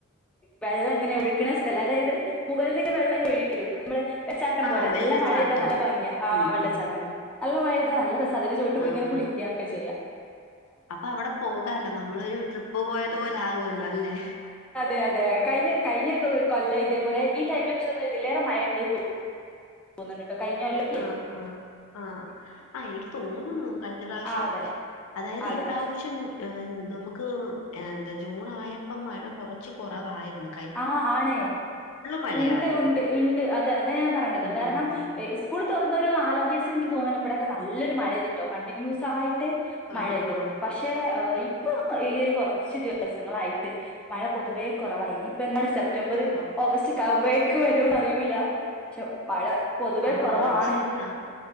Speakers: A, in the centre; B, on the left (about 70°).
A: വെള്ള ഇങ്ങനെ ഒഴുകണ സ്ഥലാ അതായത്, മുകളിൽന്നിങ്ങനെ വെള്ളം ഇങ്ങ്‌ ഒഴുകി വരും, നമ്മള് വെള്ളച്ചാട്ടം
B: ആ
A: പോലെ
B: വെള്ളച്ചാട്ടം
A: നല്ല മഴെയ്താ നല്ല ഭംഗിയാ ആ
B: ഉം
A: വെള്ളച്ചാട്ടം
B: ഉം ഉം
A: നല്ല മഴെയ്താ നല്ലരസാ അതിന്റെ ചോട്ട് പോയിങ്ങനെ
B: ആ
A: കുളിക്കാക്കെ ചെയ്യാ
B: അപ്പൊ അവിടെ പോകാല്ലോ നമ്മളൊരു ട്രിപ്പ് പോയതുപോലാകുവല്ലോ അല്ലെ
A: അതെതെ കഴിഞ്ഞ കഴിഞ്ഞ് കൊല്ലം ഇതേപോലെ ഈ ടൈമിലൊക്കെ ഇതിലേറെ മഴണ്ട് തോന്ന് തോന്ന്ണ്ട്‌ട്ടോ കയ്ഞ്ഞൊല്ലം
B: ആഹ് ആഹ് ആഹ് ആഹ് എനിക്ക് തോന്നുന്നു കഴിഞ്ഞ പ്രാവശ്യോക്കെ
A: ആ അതെ
B: അതായത്
A: അതെ
B: ഈ പ്രാവശ്യം ആഹ് നമുക്ക് എന്താ ജൂൺ ആയപ്പം മഴ കൊറച്ച് കൊറവാര്ന്ന്
A: ആ ആണേ
B: മഴയായിരുന്നു
A: ഉണ്ട് ഉണ്ട് ഇണ്ട് അതെ അതാ ഞാൻ പറയ്ണത്
B: ഉം
A: കാരണം
B: ഉം
A: സ്കൂള് തൊറന്നൊരു നാലഞ്ചീസം ൻക്ക് തോന്നുണ് ഇവിടെക്കെ നല്ലൊരു മഴെയ്തുട്ടോ കണ്ടിന്യൂസായിട്ട്
B: ആ
A: മഴെയ്ത്
B: ആ
A: പക്ഷെ ഇപ്പൊ ഈയൊരു കൊറച്ച് ദിവസങ്ങളായിട്ട് മഴ പൊതുവേ കുറവായി ഇനീപ്പൊ എന്നാണ് സെപ്റ്റംബറ്
B: കൊ-
A: ഓഗസ്റ്റ് കബേയ്ക്ക് വരോന്നറിയൂല ക്ഷെ മഴ പൊതുവെ
B: ആഹ്
A: കുറവാണ്
B: അത് ശരിയാ